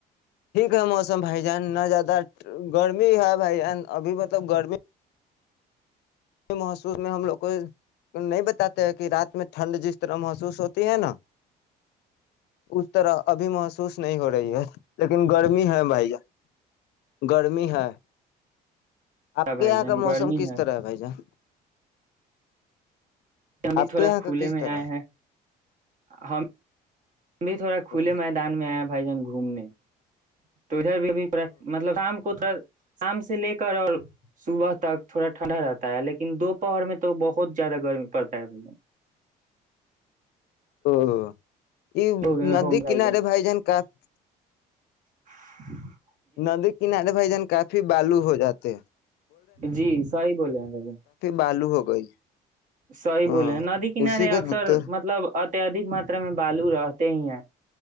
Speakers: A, on the left; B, on the right.
A: ٹھیک ہے موسم بھائی جان نہ زیادہ گرمی ہے بھائی جان ابھی مطلب گرمی محسوس میں ہم لوگ کو نہیں بتاتے ہے کہ رات میں ٹھنڈ جس طرح محسوس ہوتی ہے نا اس طرح ابھی محسوس نہیں ہو رہی ہے لیکن گرمی ہے بھ گرمی ہے آپ
B: بھائی
A: کے یہاں
B: جان
A: کا
B: گرمی
A: موسم کس طرح ہے بھائی جان
B: ہم بھی
A: آپ
B: تھوڑا
A: کے یہاں
B: کھلے
A: کا کس
B: میں
A: طرح
B: آئے ہیں ہم <inaudible> ہم بھی تھوڑا کھلے
A: او
B: میدان میں آئے جان گھومنے تو ادھر بھی مطلب شام کو تو شام سے لے کر اور صبح تک تھوڑا ٹھنڈا رہتا ہے لیکن دوپہر میں تو بہت زیادہ گرمی پڑتا ہے بھیا
A: او یہ
B: جان
A: ندی
B: ہو بھائی
A: کنارے بائی جان کا چ <inaudible>
B: ہ <inaudible>
A: ندی کنارے بھائی جان کافی بالو ہو جاتا ت <inaudible>
B: جی صی بولے ہیں ب
A: بالو ہو گئی
B: سی
A: ہاں
B: بولے ہیں ندی کنارے
A: اسی کو
B: اکثر مطلب اتدھک ماترا میں بالو رہتے ہی ہیں